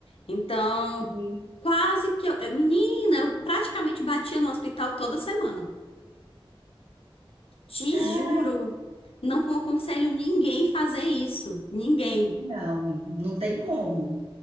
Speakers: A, on the left; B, on the right.
A: Então,
B: entendi.
A: Quase que eu. eh, Menina, eu praticamente batia no hospital toda semana. Te
B: Ai,
A: juro. Não aconselho ninguém fazer isso. Ninguém.
B: não, não tem como.